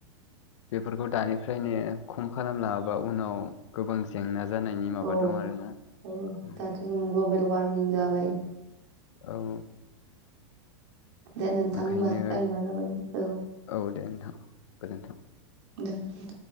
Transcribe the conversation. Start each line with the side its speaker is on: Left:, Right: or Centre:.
Left: बेफोरखौ दानिफ्रायनो खम खालामलाङाबा उनाव गोबां जेंना जानायनि माबा
Right: औ
Left: दं आरोना
Right: औ
Left: उम,
Right: दाथ' जों ग्लबेल वारमिं जाबाय
Left: औ
Right: दे नोंथां
Left: ओंखायनो
Right: होमबा टाइमा जाबायना औ
Left: औ दे नोंथां गोजोन्थों।
Right: दे